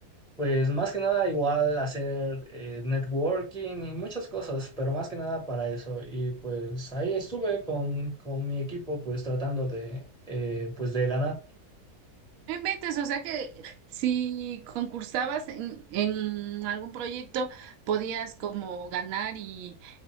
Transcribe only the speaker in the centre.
pues más que nada igual hacer eh, networking y muchas cosas, pero más que nada para eso. Y pues ahí estuve con, con mi equipo pues tratando de eh, pues de ganar.